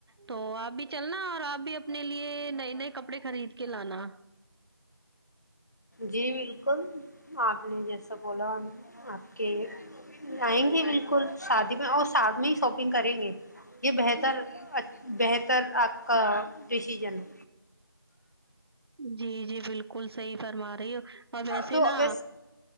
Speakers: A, on the right; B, on the left.
A: تو آپ بھی چلنا اور آپ بھی اپنے لیے نئے نئے کپڑے خرید کے لانا
B: جی بالکل آپ نے جیسا بولا آپ کے آئیں گے بالکل شادی میں اور ساتھ میں ہی شاپنگ کریں گے یہ بہتر اچ بہتر آپ کا ڈسیزن ہے
A: جی جی بال کل صحیح فرما رہی ہو اور ویسے
B: تو
A: نا
B: بس